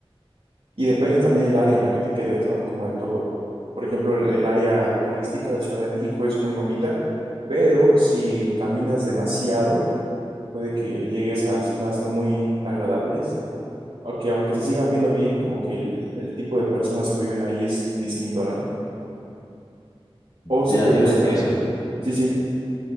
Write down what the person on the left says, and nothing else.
Ya,
te iba a decir eso.